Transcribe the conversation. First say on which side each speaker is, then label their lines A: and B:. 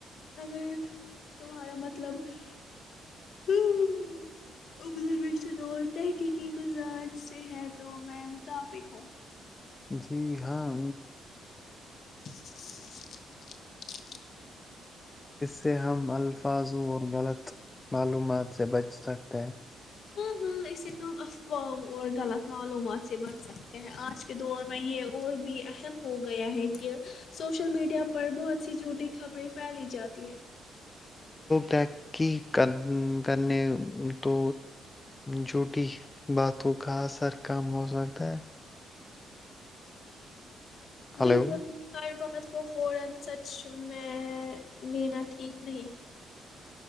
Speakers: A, on the left; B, on the left.
A: اگر تمہارا مطلبش دور تحقیقی مزاج سے ہے تو میں متفق ہوں
B: جی ہاں
A: <unintelligible>
B: ت ہم الفاظوں اور غلط معلومات سے بچ سکتے ہیں
A: ہاں ہاں اسے تو ہم افوام اور غلط معلومات سے بچ سکتے ہیں آج کے دور میں یہ اور بھی اسیں ہو گیا ہے کہ سوشل میڈیا پر بہت سی جوٹی خبریں پھیلی جاتی ہے
B: ترقی کر کرنے تو جوٹی باتوں کا اثر کم ہو سکتا ہے ہلو
A: بالکل اور بہت کو فورا سچ سن می ا نینا ٹھیک نہیں